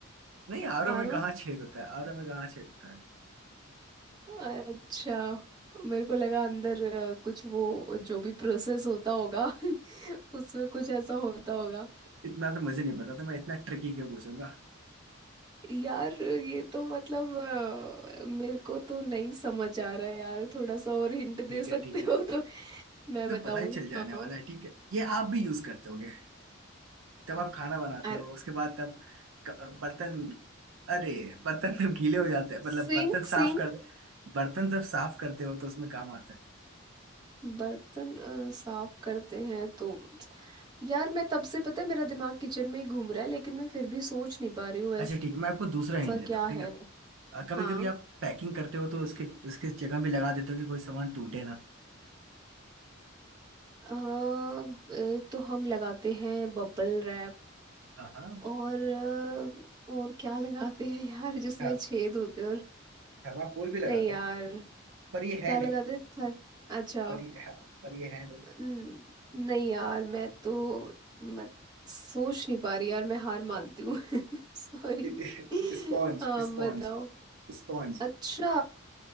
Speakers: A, on the right (about 70°); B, on the right (about 20°).
A: नहीं आरओ
B: आरो
A: में कहाँ छेद होता है आरओ में कहाँ छेद होता है
B: अच्छा मेरे को लगा अंदर अ, कुछ वो जो भी प्रोसेस होता होगा <laughs> उसमें कुछ ऐसा होता होगा
A: इतना तो मुझे नहीं पता था मैं इतना ट्रिकी क्यों पूछूंगा
B: यार ये तो मतलब अ, मेरे को तो नहीं समझ आ रहा है यार थोड़ा सा और हिंट दे
A: ठीक
B: सकते
A: है ठीक है
B: हो तो मैं
A: तो
B: <laughs> बताऊं
A: पता ही चल जाने
B: हाँ
A: वाला है ठीक है ये आप भी यूज करते होगे जब आप खाना बनाते
B: अर
A: हो उसके बाद तब क- बर्तन अरे बर्तन जब गीले हो जाते हैं मतलब
B: सिंक
A: बर्तन साफ
B: सिंक
A: कर बर्तन जब साफ करते हो तो उसमें काम आता है
B: बर्तन अ, साफ करते हैं तो यार मैं तब से पता है मेरा दिमाग किचन में ही घूम रहा है लेकिन मैं फिर भी सोच नहीं पा रही हूँ ऐसा
A: अच्छा ठीक है मैं आपको दूसरा हिंट देता
B: क्या
A: हूँ ठीक
B: है
A: है कभी
B: हाँ
A: कभी आप पैकिंग करते हो तो उसके उसके जगह भी लगा देते हो कि कोई सामान टूटे ना
B: अ, एक तो हम लगाते हैं बबल रैप
A: हाँ हाँ
B: और अ, और क्या लगाते हैं यार जिसमें
A: थर,
B: छेद होते हैं और
A: थर्माकोल भी लगाते
B: नहीं यार
A: हैं पर ये है
B: क्या लगाते
A: नहीं
B: हैं सर अच्छा
A: पर ये है, पर ये है नहीं
B: न- नहीं यार मैं तो मत सोच नहीं पा रही यार मैं हार मानती हूँ <laughs> सॉरी
A: <laughs> Sponge
B: आप
A: sponge
B: बताओ
A: स्पॉन्ज
B: अच्छा